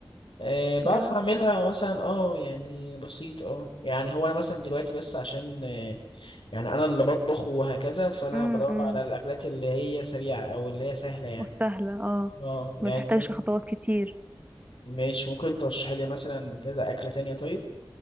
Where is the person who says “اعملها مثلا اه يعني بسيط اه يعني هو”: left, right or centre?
Left